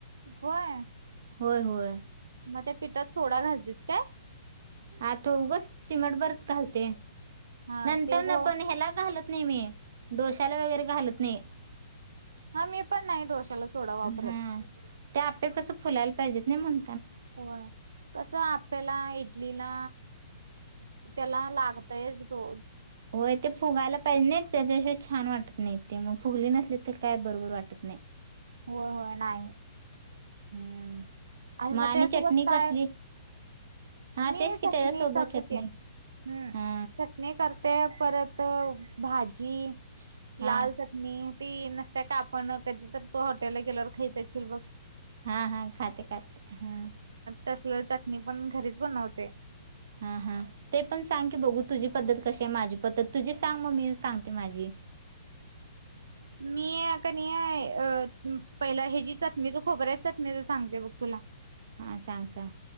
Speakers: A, on the right (about 85°); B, on the right (about 45°).
A: होय?
B: होय होय.
A: मग त्या पीठात सोडा घालतीस काय?
B: आता उगच चिमटभर घालते.
A: हा
B: नंतरन
A: ते हो
B: पण ह्याला घालत नाही मी. डोशाला वगैरे घालत नाही.
A: हां मी पण नाही डोशाला सोडा वापरत.
B: हा. ते आप्पे कसं फुलायला पाहिजेत नाही म्हणू
A: होय कसय आपल्याला ई लीना त्याला लागतयच हो.
B: वय ते फुगायला पाहिजे नाही, त्याच्याशिवाय छान वाटत नाही. ते मग फुगले नसले तर काय बरोबर वाटत नाही.
A: होय होय नाही.
B: हम्म.
A: आणि म
B: मग
A: तेज्या सोबत
B: चटणी
A: काय?
B: कसली? हा
A: मी
B: तेच की
A: चटणी
B: त्याच्यासोबत
A: करतो
B: चटणी
A: की, हम्म
B: हा
A: चटणी करते परत भाजी
B: हा
A: लाल चटणी ती नसत्या का आपण कधी तर तु हॉटेलला गेल्यावर खाइत अशील बघ.
B: हा, हा खाते, खाते हा.
A: तसल चटणी पण घरीच बनवते
B: हा हा ते पण सांग की, बघू तुझी पद्धत कशीय, माझी पद्धत तुझी सांग म मी सांगते माझी.
A: मी कनी अ पहिला हेजी चटणीच खोबऱ्याच्या चटणीच सांगते बग तुला.
B: हा सांग सांग